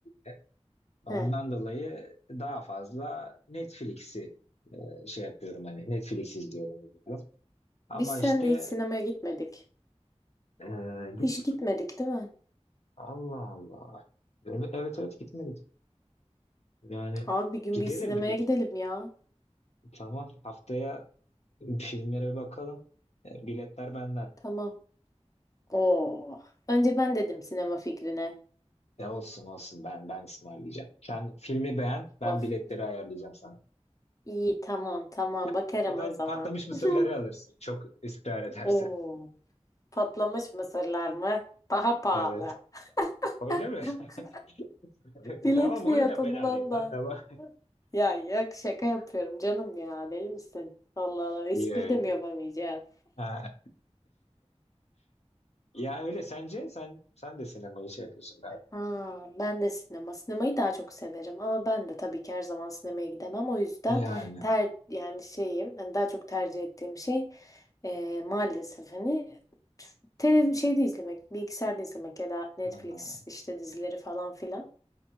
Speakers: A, on the left (about 65°); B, on the left (about 30°).
A: E, Ondan
B: Heh.
A: dolayı daha fazla Netflix'i e, şey yapıyorum hani Netflix izliyorum ediyorum. Ama
B: Biz seninle
A: işte
B: hiç sinemaya gitmedik.
A: e, gitmedik.
B: Hiç gitmedik değil mi?
A: Allah Allah. Evet evet evet, gitmedik. Yani
B: Abi bir gün
A: gidelim
B: bir sinemaya
A: bir gün.
B: gidelim ya.
A: Tamam haftaya filmlere bir bakalım. E, biletler benden.
B: Tamam. Oo. Önce ben dedim sinema fikrine.
A: Ya olsun olsun ben ben ısmarlayacağım. Sen filmi beğen, ben
B: Of.
A: biletleri ayarlayacağım sana.
B: İyi tamam tamam
A: Yani
B: bakarım
A: orada
B: o zaman.
A: patlamış mısırları
B: <laughs>
A: alırsın. Çok ısrar edersen.
B: Oo. Patlamış mısırlar mı? Daha pahalı.
A: Evet. Öyle
B: <laughs>
A: mi? <laughs>
B: Bilet
A: Tamam
B: fiyatından
A: onu da ben alayım lan
B: da.
A: tamam.
B: Ya yok şaka yapıyorum canım ya. Deli misin? Allah Allah espri
A: İyi öyle.
B: de mi yapamayacağız?
A: Ha, ya öyle sence sen sen de sinemayı şey yapıyorsun galiba.
B: Ha, ben de sinema. Sinemayı daha çok severim ama ben de tabii ki her zaman sinemaya gidemem. O yüzden
A: Yani.
B: ter yani şeyim hani daha çok tercih ettiğim şey e, maalesef hani televizyon şeyde izlemek, bilgisayarda izlemek ya da Netflix
A: Ha.
B: işte dizileri falan filan.